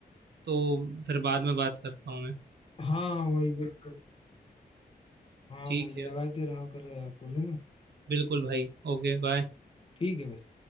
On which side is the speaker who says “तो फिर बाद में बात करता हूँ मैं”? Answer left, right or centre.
Right